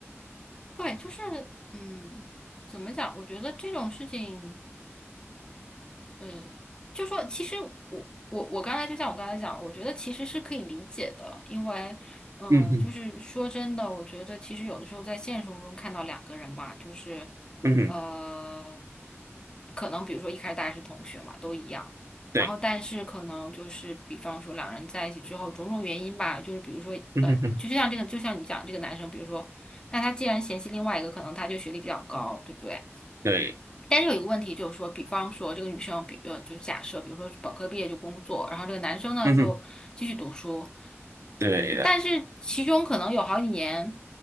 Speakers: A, on the left (about 15°); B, on the right (about 85°).
A: 对，就是，嗯，怎么讲？我觉得这种事情。嗯，就说其实我我我刚才就像我刚才讲，我觉得其实是可以理解的，因为嗯，
B: 嗯嗯
A: 就是说真的，我觉得其实有的时候在现实生活中看到两个人吧，就是
B: 嗯哼，
A: 呃，可能比如说一开始大家是同学嘛，都一样，然后但是可能就是比方说两人在一起之后，
B: 对，
A: 种种原因吧，就是比如说呃，
B: 嗯哼哼，
A: 就就像这个，就像你讲这个男生，比如说那他既然嫌弃另外一个，可能他就学历比较高，对不对？
B: 对，
A: 但是有一个问题就是说，比方说这个女生，比呃，就假设，比如说是本科毕业就工作，然后这个男生呢就继续读书，
B: 嗯哼，对的，
A: 但是其中可能有好几年，